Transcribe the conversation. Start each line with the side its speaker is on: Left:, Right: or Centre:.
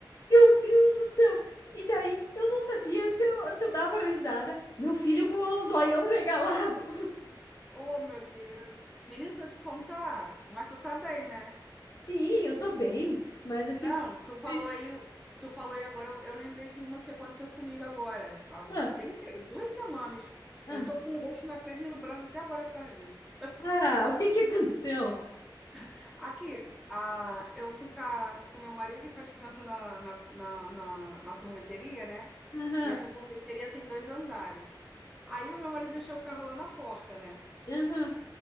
Left: meu Deus do céu. E daí, eu não sabia se eu, se eu dava risada. Meu filho com o zoião regalado.
Centre: Oh, meu Deus. Menino, se eu te contar, mas tu tá bem, né?
Left: Sim, eu tô bem, mas assim,
Centre: Não,
Left: foi-
Centre: tu falou aí, tu falou aí agora, eu, eu lembrei de uma que aconteceu comigo agora. Ah,
Left: ah,
Centre: Tem que, duas semanas.
Left: ah,
Centre: Eu tô com o roxo na perna e no braço até agora por causa disso.
Left: ah, o que que aconteceu?
Centre: <laughs> Aqui, ah, eu fui com, a- com meu marido e com as crianças na, na, na, na, na sorveteria, né?
Left: Aham,
Centre: E essa sorveteria tem dois andares. Aí o meu marido deixou o carro lá na porta, né?
Left: aham,